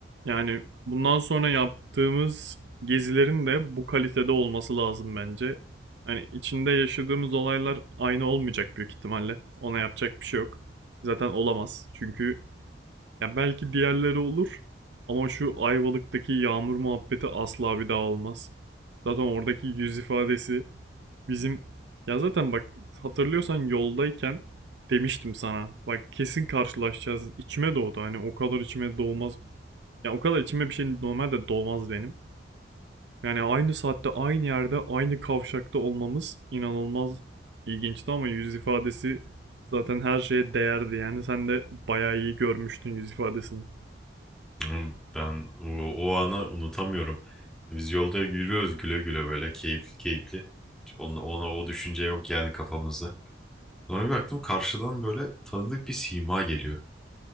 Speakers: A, on the right; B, in the centre.
A: Yani bundan sonra yaptığımız gezilerin de bu kalitede olması lazım bence. Hani içinde yaşadığımız olaylar aynı olmayacak büyük ihtimalle. Ona yapacak bir şey yok. Zaten olamaz. Çünkü ya belki diğerleri olur ama şu Ayvalık'taki yağmur muhabbeti asla bir daha olmaz. Zaten oradaki yüz ifadesi bizim ya zaten bak hatırlıyorsan yoldayken demiştim sana. Bak kesin karşılaşacağız. İçime doğdu. Hani o kadar içime doğmaz ya o kadar içime bir şey normalde dolmaz benim. Yani aynı saatte aynı yerde aynı kavşakta olmamız inanılmaz ilginçti ama yüz ifadesi zaten her şeye değerdi. Yani sen de bayağı iyi görmüştün yüz ifadesini.
B: Hmm, Ben o, o anı unutamıyorum. Biz yolda yürüyoruz güle güle böyle keyifli keyifli. Hiç Ona, ona o düşünce yok yani kafamızda. Sonra bir baktım karşıdan böyle tanıdık bir sima geliyor.